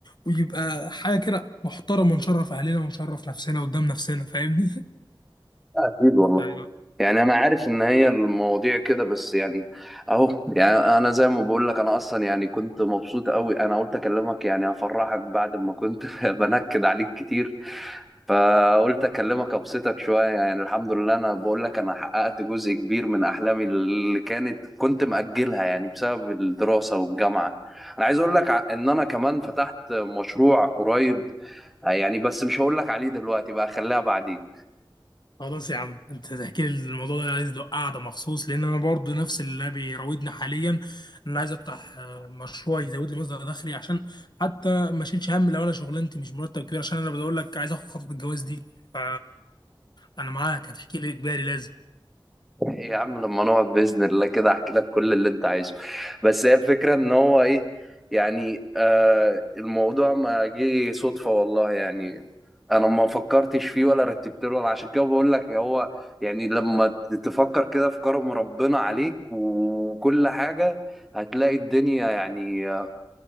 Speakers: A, on the left; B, in the centre.
A: ويبقى حاجه كده محترمه ونشرف اهلنا ونشرف نفسنا قدام نفسنا فاهمني
B: آه، اكيد والله
A: <laughs>
B: يعني انا عارف ان هي المواضيع كده بس يعني اهو يعني انا زي ما بقول لك انا اصلا يعني كنت مبسوط قوي انا قلت اكلمك يعني افرحك بعد ما كنت <laughs> بنكد عليك كتير فقلت اكلمك ابسطك شويه يعني الحمد لله انا بقول لك انا حققت جزء كبير من احلامي اللي كانت كنت مأجلها يعني بسبب الدراسه والجامعه انا عايز اقول لك ع- ان انا كمان فتحت مشروع قريب يعني بس مش هقول لك عليه دلوقتي بقى خليها بعدين
A: خلاص يا عم انت تحكي لي الموضوع ده انا عايز له قعده مخصوص لان انا برضو نفس اللي بيراودني حاليا ان انا عايز افتح آه، مشروع يزود لي مصدر دخلي عشان حتى ما اشيلش هم لو انا شغلانتي مش مرتب كبير عشان انا بقول لك عايز اخد خطوه الجواز دي ف انا معاك هتحكي لي اجباري لازم
B: ايه يا عم لما نقعد باذن الله كده احكي لك كل اللي انت عايزه بس هي الفكره ان هو ايه يعني آه الموضوع ما جه صدفه والله يعني انا ما فكرتش فيه ولا رتبت له أنا عشان كده بقول لك هو يعني لما تفكر كده في كرم ربنا عليك وكل حاجه هتلاقي الدنيا يعني آه،